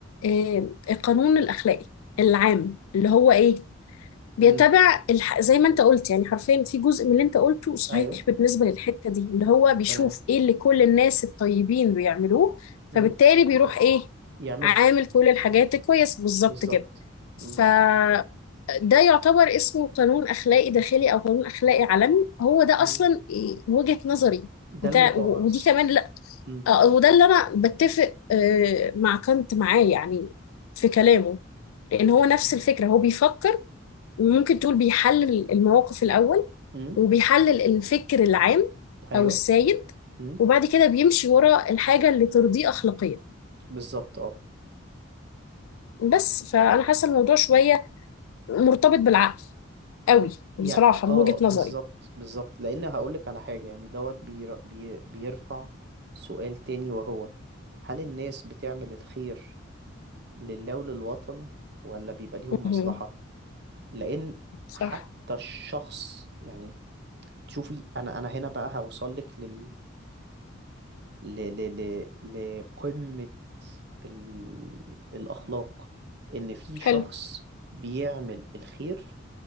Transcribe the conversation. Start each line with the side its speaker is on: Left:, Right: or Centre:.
Left: آه، القانون الاخلاقي العام اللي هو ايه بيتابع
Right: أم،
Left: الح... زي ما انت قلت يعني حرفيا في جزء من اللي انت قلته صحيح
Right: ايوه
Left: بالنسبة للحتة دي اللي هو بيشوف
Right: تمام
Left: ايه اللي كل الناس الطيبين بيعملوه
Right: أم،
Left: فبالتالي بيروح ايه
Right: يعمله
Left: عامل كل الحاجات كويس بالظبط
Right: بالظبط
Left: كده
Right: أم،
Left: فده يعتبر اسمه قانون أخلاقي داخلي أو قانون أخلاقي عالمي هو ده
Right: أم،
Left: أصلا إيه وجهة نظري
Right: ده
Left: بتاع
Right: المتوارث
Left: و- ودي كمان لا
Right: أم،
Left: آه، وده اللي أنا بتفق آه، مع كانت معاه يعني في كلامه لأن هو نفس
Right: أم،
Left: الفكرة هو بيفكر وممكن تقول بيحلل المواقف الأول
Right: أم،
Left: وبيحلل الفكر العام
Right: ايوه
Left: أو السائد
Right: أم،
Left: وبعد كده بيمشي ورا الحاجة اللي ترضيه أخلاقيا
Right: بالظبط اه
Left: بس فأنا حاسة الموضوع شوية مرتبط بالعقل قوي
Right: يعني
Left: بصراحة
Right: اه
Left: من وجهة
Right: بالظبط
Left: نظري
Right: بالظبط لان هقولك على حاجة يعني دوت بير... بي... بيرفع سؤال تاني وهو هل الناس بتعمل الخير لله وللوطن ولا بيبقى ليهم مصلحة
Left: مهم.
Right: لان
Left: صح
Right: حتى الشخص يعني تشوفي انا انا هنا بقى هوصلك لل ل... ل... ل... لقمة ال... الاخلاق ان في شخص
Left: حلو
Right: بيعمل الخير